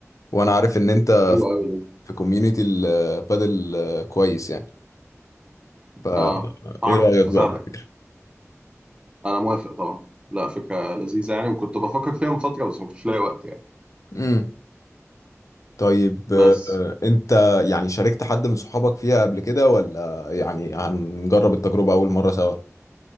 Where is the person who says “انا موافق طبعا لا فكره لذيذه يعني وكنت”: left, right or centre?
Right